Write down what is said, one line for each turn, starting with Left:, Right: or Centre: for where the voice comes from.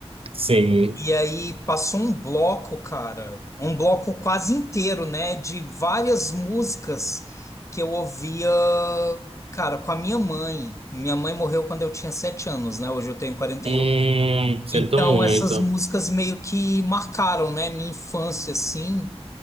Right: Sim.
Left: E aí passou um bloco, cara. Um bloco quase inteiro, né? De várias músicas que eu ouvia, cara, com a minha mãe. Minha mãe morreu quando eu tinha sete anos, né? Hoje eu tenho 48.
Right: Hum, sinto
Left: Então,
Right: muito.
Left: essas músicas meio que marcaram, né, minha infância, assim.